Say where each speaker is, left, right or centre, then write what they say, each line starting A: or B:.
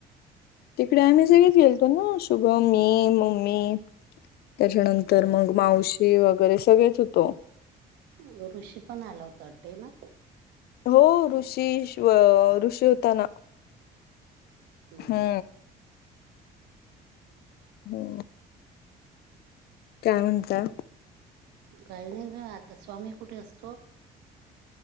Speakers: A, on the left; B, on the right.
A: तिकडे आम्ही सगळीच गेलतो ना शुभम मी म्मी मी त्याच्यानंतर
B: असं
A: मग मावशी वगैरे सगळेच होतो.
B: ग ऋषी पण आला होता ते ना.
A: हो ऋषी ऋषी होता ना.
B: हम्म
A: हा. हो काय म्हणता.
B: काही नाही ग आता स्वामी कुठे असतो.